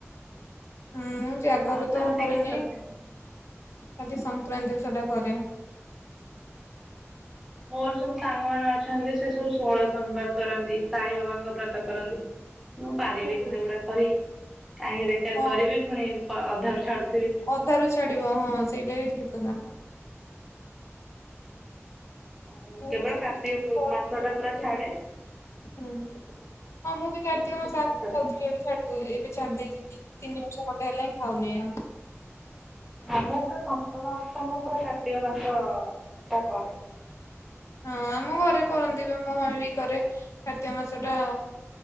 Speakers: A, on the left; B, in the centre.
A: ମୁଁ ଜାଗର
B: ଆଉ ସେମିତି
A: ତ କରେନି
B: କିଛି ଓଷା କରେନି।
A: ଖାଲି ସଂକ୍ରାନ୍ତି ଓଷା ଟା କରେ।
B: ମୋର ସବୁ ସାଙ୍ଗ ମାନ ଅଛନ୍ତି ସେ ସବୁ ଷୋହଳ ସୋମବାର କରନ୍ତି ସାଇ ବାବାଙ୍କ ବ୍ରତ କରନ୍ତି। <unintelligible> ମୁଁ ପାରିବିନି
A: ହୁଁ
B: ସେଗୁଡ଼ାକ କରି କାହିଁକି ବେକାର
A: ହଁ
B: କରିବି ପୁଣି ଅଧାରୁ ଛାଡ଼ୁଥିବି।
A: ଅଧାରୁ ଛାଡ଼ିବ ହଁ ସେଇଟା ବି ଠିକ୍ କଥା।
B: ଆଉ
A: ମୁଁ
B: କେବଳ
A: ବି ସେମିତି
B: କାର୍ତ୍ତିକ
A: କହୁଥିଲେ
B: ମାସ ଟା
A: ମତେ
B: ପୁରା
A: କରିବି
B: ଛାଡ଼େ।
A: ହୁଁ ହଁ ମୁଁ
B: ସେଇଠି
A: ବି କାର୍ତ୍ତିକ
B: ଠିକ
A: ମାସ
B: ସେ
A: ଆଗରୁ
B: କରେ।
A: ଖାଉଥିଲି ଏବେ ଛାଡ଼ି ଏବେ ଛାଡ଼ି ଦେଇଛି। ତିନି ବର୍ଷ ଖଣ୍ଡେ ହେଲା ହିଁ ଖାଉନି ଆଉ।
B: କାମ ପୁରା ସପ୍ତମ ଅଷ୍ଟମର ପୁରା କାର୍ତ୍ତିକ ମାସ ଟା କରେ।
A: ହଁ ଆମ ଘରେ କରନ୍ତି ବି ମୋ ମମି ବି କରେ କାର୍ତ୍ତିକ ମାସ ଟା